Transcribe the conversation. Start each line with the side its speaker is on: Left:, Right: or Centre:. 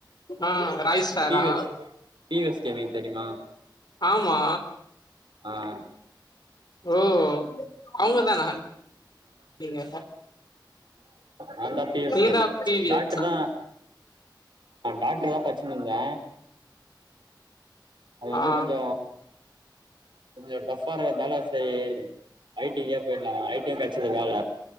Left: ஆ ராய்ஸ்டாரா
Right: பி எஸ் பி எஸ் கேமிங் தெரியுமா
Left: ஆமா
Right: ஆ
Left: ஓ அவுங்கதானா நீங்க
Right: நா தா பி எஸ்
Left: நீங்கதா
Right: gaming
Left: P V
Right: doctor
Left: S
Right: தா டாக்டர் தா படிச் சினுருந்த அது வந்து
Left: ஆ
Right: கொஞ்ச கொஞ்ச டஃப்பா இருக்கறதாலா சேரி ஐ டி கே போயிடலா ஐ டி யு கெடச்சது வேல